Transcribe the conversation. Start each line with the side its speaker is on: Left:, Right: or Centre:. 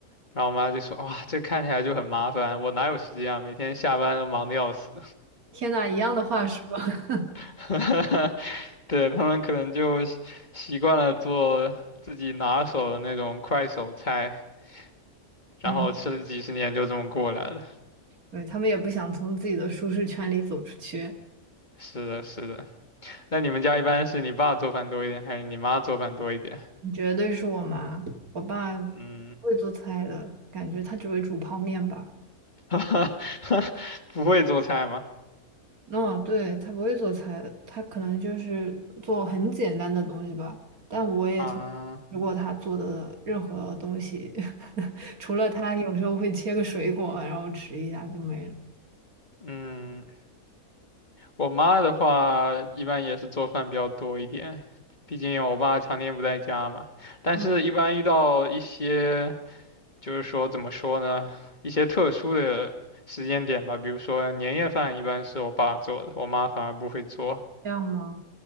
Left: 然后我妈就说：“哇，这看起来就很麻烦，我哪有时间啊？每天下班都忙得要死。”
Right: 天呐，一样的话说，<laughs>
Left: <laughs> 对，他们可能就习习惯了做自己拿手的那种快手菜。然后吃了几十年就这么过来了。
Right: 嗯，对，他们也不想从自己的舒适圈里走出去。
Left: 是的，是的。那你们家一般是你爸做饭多一点，还是你妈做饭多一点？
Right: 你绝对是我妈，我爸不
Left: 嗯，
Right: 会做菜的，感觉他只会煮泡面吧。
Left: <laughs> 不会做菜吗？
Right: 哦，对，他不会做菜，他可能就是做很简单的东西吧。但我也从
Left: 啊，
Right: 吃过他做的任何东西，<laughs> 除了他有时候会切个水果，然后吃一下就没了。
Left: 嗯，我妈的话一般也是做饭比较多一点，毕竟我爸常年不在家嘛。但是，
Right: 嗯，
Left: 一般遇到一些就是说怎么说呢，一些特殊的时间点吧，比如说年夜饭一般是我爸做的，我妈反而不会做。
Right: 这样吗？